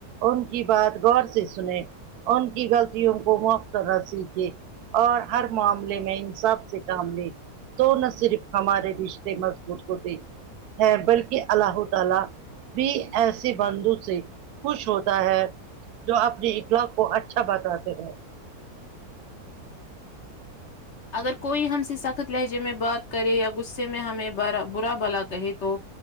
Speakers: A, on the right; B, on the left.
A: ان کی بات غور سے سنے ان کی غلطیوں کو مخترح سیکھے اور ہر معاملے میں انصاف سے کام لے تو نہ صرف ہمارے رشتے مضبوط ہوتے ہیں بلکہ اللہ تعالی بھی ایسے بندو سے خوش ہوتا ہے جو اپنی اخلا کو اچھا بتاتے ہیں
B: اگر کوئی ہم سے سخت لہجے میں بات کرے یا غصے میں ہمیں با برا بلا کہے تو